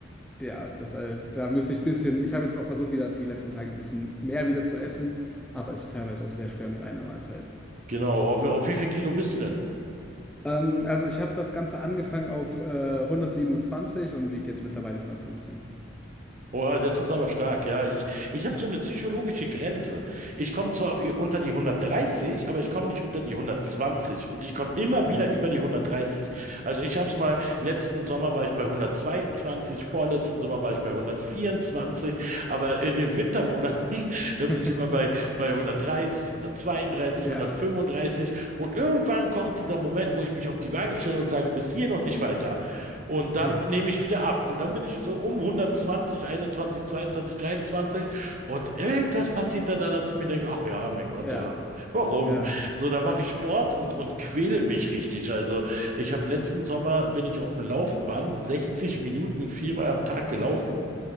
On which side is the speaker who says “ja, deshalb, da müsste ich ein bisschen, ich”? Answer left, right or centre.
Centre